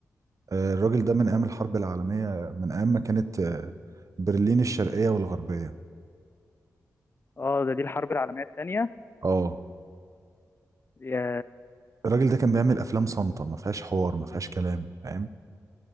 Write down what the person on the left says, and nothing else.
اه ده دي الحرب العالمية التانية
يا